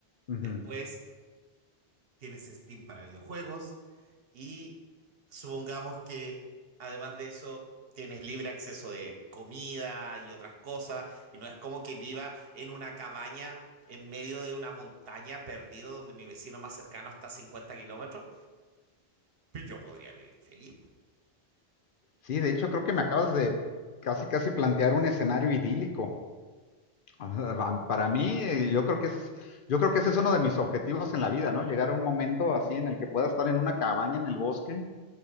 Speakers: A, on the left; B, on the right.
A: Ujú.
B: Después tienes Steam para videojuegos y supongamos que además de eso tienes libre acceso de comida y otras cosas y no es como que viva en una cabaña en medio de una montaña perdido donde mi vecino más cercano está a 50 kilómetros. Pues yo podría vivir feliz.
A: Sí, de hecho creo que me acabas de casi, casi plantear un escenario idílico. <laughs> O Para mí, eh, yo creo que ese es, yo creo que ese es uno de mis objetivos en la vida, ¿no? Llegar a un momento así en el que pueda estar en una cabaña en el bosque,